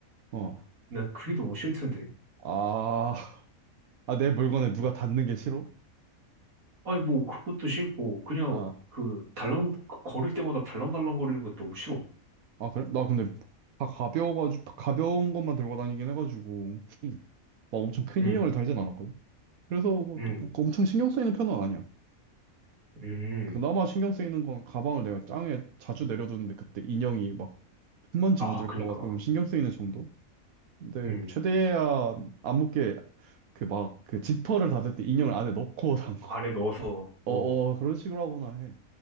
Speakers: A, on the right (about 80°); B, on the right (about 75°).
A: 어.
B: 난 그게 너무 싫던데.
A: 아, 아, 내 물건에 누가 닿는 게 싫어?
B: 아니 뭐 그것도 싫고 그냥
A: 아,
B: 그 달랑 그 걸을 때마다 달랑달랑거리는 것도 너무 싫어.
A: 아, 그래? 나 근데 다 가벼워가지고, 다 가벼운 것만 들고 다니긴 해가지고. 막 엄청 큰
B: 음,
A: 인형을 달진 않았거든. 그래서 뭐,
B: 음,
A: 뭐 그 엄청 신경 쓰이는 편은 아니야.
B: 음.
A: 그나마 신경 쓰이는 건 가방을 내가 짱에 자주 내려두는데 그때 인형이 막 흙먼지
B: 아,
A: 묻을까
B: 그니까.
A: 봐 좀 신경 쓰이는 정도? 근데
B: 음.
A: 최대한 안 묻게 그 막 그 지퍼를 닫을 때 인형을 안에 넣고 산 거.
B: 안에 넣어서,
A: 어어
B: 어,
A: 그런 식으로 하거나 해.